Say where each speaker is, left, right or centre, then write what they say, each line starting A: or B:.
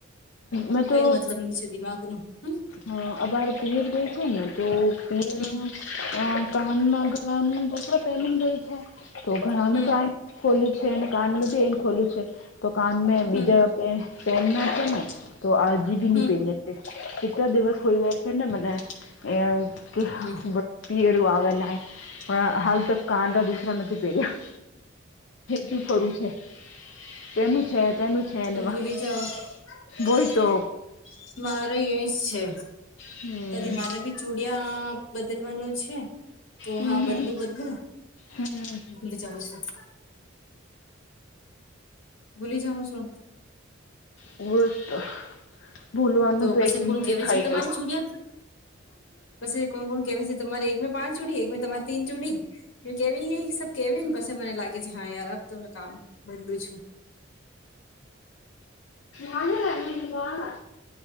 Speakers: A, on the left (about 70°); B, on the left (about 85°).
A: મેં
B: કઈ
A: તો
B: મતલબ ન છે, દિમાગ નું હ.
A: હા, અ બાર પિયર જોઈ છે ને, તો પિયરમાં.
B: હમ
A: હ, કાન ના ઘણાનું દોરા પહેલ રય છે, તો ઘણા
B: હમ
A: ન તો આ <unintelligible> ખોલું છે, અને કાન બી એ ખોલું છે, તો કાન મે બીજા
B: હમ
A: પેન ના છે ને. તો આજી બી
B: હમ
A: ની પે કેટલા દિવસ હોઈ જાય છે ને, મને એ કે
B: હમ
A: ભી રુ, આવણ હાલ ત કાન દૂ. નથી પહેર્યા, જું ખરું છે, તેનું છે, તેનું. છે
B: તંબોલી
A: ને વાહ
B: જાઓ. <unintelligible>
A: બોય તો
B: મારો એ જ છે,
A: હમ
B: કદી મને બી. ચુડિયા બદલવાનું છે, તો
A: હમ
B: હા, બદલું બદલું.
A: હમ
B: ભ જવશે <unintelligible> ભૂલી જાઓ છો.
A: વુસ્ તો <unintelligible> ભૂલવાનું
B: તો પછી
A: એક બીમારી
B: કોણ કેવા
A: થઈ
B: છે, તમારી
A: ગઈ
B: ચુડિયા. પછી કોણ કોણ કે છે, તમારે એક મેં પાંચ ચુડી એક મેં તમારી તીન ચુડી. એ કેવી એ સબ કેવી ને, પછી મને લાગે છે. હા, યાર અબ ત કામ બદલું છું.
A: વાળ